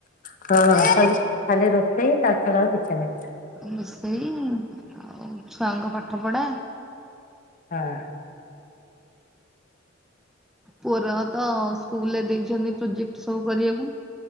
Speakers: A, on the left; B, in the centre.
A: ହଁ ଖାଲି ଖାଲି ରୋଷେଇ, ତା ଛଡା ଆଉ କିଛି ନାହିଁ।
B: ରୋଷେଇ ଆଉ ଛୁଆଙ୍କ ପାଠପଢ଼ା
A: ହଁ
B: ପୁଅର ତ ସ୍କୁଲରେ ଦେଇଛନ୍ତି ପ୍ରୋଜେକ୍ଟ ସବୁ କରିବାକୁ।